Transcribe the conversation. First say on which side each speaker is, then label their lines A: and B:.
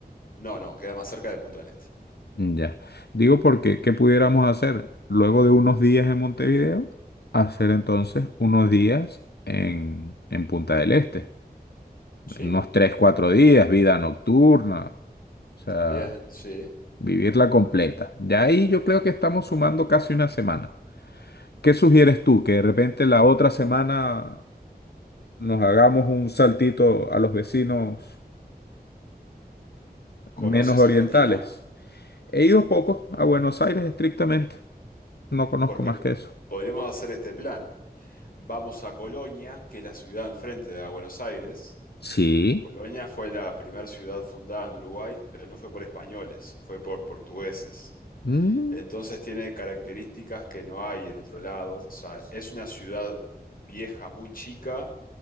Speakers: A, on the left (about 60°); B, on the left (about 80°).
A: No, no, queda más cerca de Punta del Este.
B: Mm, Ya. Digo porque, ¿qué pudiéramos hacer? Luego de unos días en Montevideo, hacer entonces unos días en, en Punta del Este.
A: Sí,
B: Unos 3 4 días, vida nocturna. O sea,
A: también, sí.
B: vivirla completa. Ya ahí yo creo que estamos sumando casi una semana. ¿Qué sugieres tú? Que de repente la otra semana nos hagamos un saltito a los vecinos
A: ¿Conoces
B: menos orientales.
A: Argentina?
B: He ido pocos a Buenos Aires estrictamente. No conozco
A: Porque
B: más que eso.
A: podríamos hacer este plan. Vamos a Colonia, que es la ciudad enfrente de Buenos Aires.
B: Sí.
A: Colonia fue la primera ciudad fundada en Uruguay, pero no fue por españoles, fue por portugueses.
B: Mm,
A: Entonces tiene características que no hay en otro lado. O sea, es una ciudad vieja, muy chica,